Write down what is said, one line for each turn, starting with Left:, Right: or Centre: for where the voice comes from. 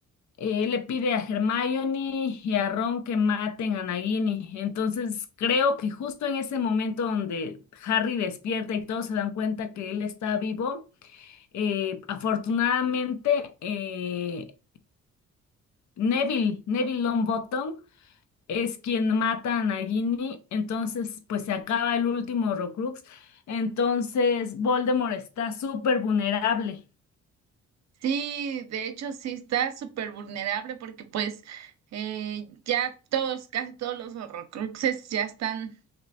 Left: eh, él le pide a Hermione y a Ron que maten a Nagini. Entonces, creo que justo en ese momento donde Harry despierta y todos se dan cuenta que él está vivo, eh, afortunadamente, eh, Neville, Neville Longbottom, es quien mata a Nagini, entonces pues se acaba el último Horcrux, entonces Voldemort está súper vulnerable.
Right: Sí, de hecho sí está súper vulnerable porque pues eh, ya todos, casi todos los Horrocruxes ya están